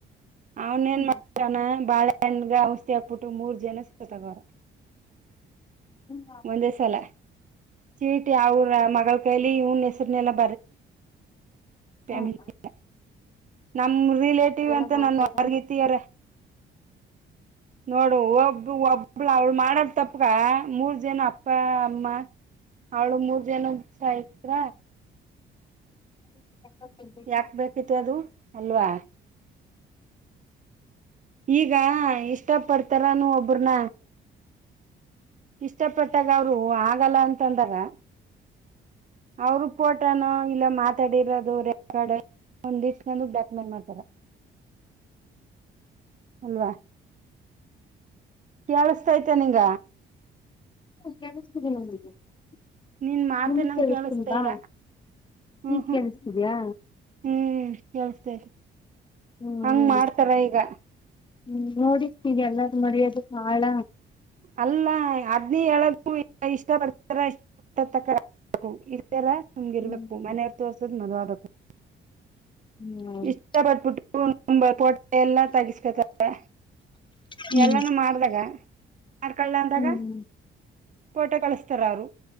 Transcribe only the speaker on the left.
ಹ್ಮ್
ಹ್ಮ್
ಹ್ಮ್
ಹಂಗೆಲ್ಲ
ಮಾಡ್ತಾರ
<inaudible> ಬೇಕಾ?
<unintelligible>
ನಿಮಗ್
ಕೇಳಿಸ್ತಿಲ್ವಾ
ಈಗ್
ಕೇಳಿಸ್ತಿದ್ಯಾ
ಹ್ಮ್
ಹೇಳಿ
ಹ್ಮ್ ನೋಡಿ ನೀಗೆ ಎಲ್ಲಾರು ಮರ್ಯದ ಬಾಳ.
ಹ್ಮ್
ಹ್ಮ್
ಹ್ಮ್
ಹ್ಮ್